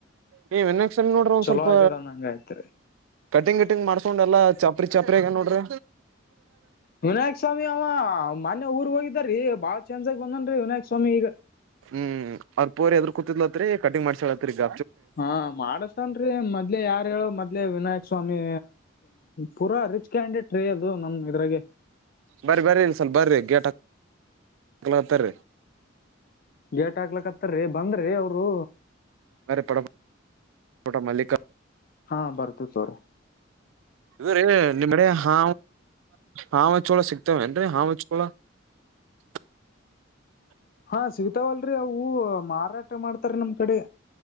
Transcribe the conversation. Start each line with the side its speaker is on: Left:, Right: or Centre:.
Right: ನೀವ ನೋಡ್ರೆ ಒಂದ್
Left: ಚಲೋ
Right: ಸ್ವಲ್ಪ
Left: ಆಗ್ಯದ ನಂಗ ಆಯ್ತ್ರಿ
Right: ಕಟಿಂಗ್ ಕಟಿಂಗ್ ಮಾಡ್ಸ್ಕೊಂಡ್ ಎಲ್ಲಾ ಚಾಪ್ರಿ ಚಾಪರಿ ಆಗ ನೋಡ್ರಿ
Left: ವಿನಾಯಕ್ ಸ್ವಾಮಿ ಅವ ಮನ್ಯ ಊರ್ ಹೋಗಿದಾರೀ ಬಾಳ ಚೇಂಜ್ ಆಗಿ ಬಂದನ್ ವಿನಾಯಕ್ ಸ್ವಾಮಿ ಈಗ
Right: ಹ್ಮ್ ಅವ್ರ ಪೋರ್ ಎದ್ರರು ಕೂತಿದ್ಲತ್ರಿ ಕಟಿಂಗ್ ಮಾಡ್ಸಳಲತ್ರಿ ಈಗ
Left: ಹಾ ಮಾಡಸ್ತನ್ ಮೊದ್ಲೆೇ ಯಾರ್ ಹೇಳು ಮೊದ್ಲೆೇ ವಿನಾಯಕ್ ಸ್ವಾಮಿ ಪೂರಾ ರಿಚ್ ಕ್ಯಾಂಡಿಟ್ ರೀ ಅದು ನಮ್ ಇದ್ರಾಗ
Right: ಬರರಿ ಬ್ರರಿ ಇನ್ ಸ್ಲ್ ಬರ್ರಿ ಗೇಟ್ ಹತರಿರಿ
Left: ಗೇಟ್ ಹಾಕ್ಲಕ್ತ್ತಾರರಿ ಬಂದ್ರಿ ಅವರು
Right: ಮರೆ ಪಡ ಪಟ ಮಲ್ಲಿಕ
Left: ಹಾ ಬರ್ತಿ ತೋಗೋರೀ
Right: ಇದು ನಿಮ್ಮಡೆ ಹಾ ಹಾವ ಚೋಳ ಸಿಗ್ತೇವೆ ನ್ರಿ ಹಾವ ಚಳ ಕೊಲ <unintelligible>
Left: ಹಾ ಸಿಗ್ತಾವಲ್ರರಿ ಅವು ಮಾರಾಟ ಮಾಡ್ತಾರ ನಮ್ ಕಡೆ